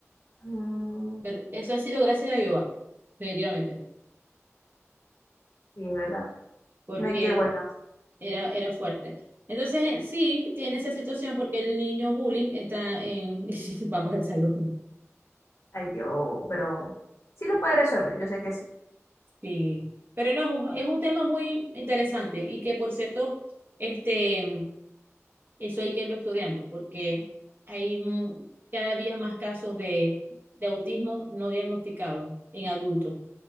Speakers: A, on the left (about 65°); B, on the right (about 40°).
A: Mm,
B: pero eso ha sido gracias a Jehová, definitivamente,
A: sí, es verdad.
B: porque
A: No hay que, bueno,
B: era, era fuerte. Entonces eh, sí, tiene esa situación porque el niño bullying está en <laughs> su papá del salón.
A: ay Dios, pero sí lo puede resolver, yo sé que sí.
B: Sí. Pero no, es un, es un tema muy interesante y que por cierto, este, eso hay que irlo estudiando porque hay mm, cada día más casos de, de autismo no diagnosticado en adultos.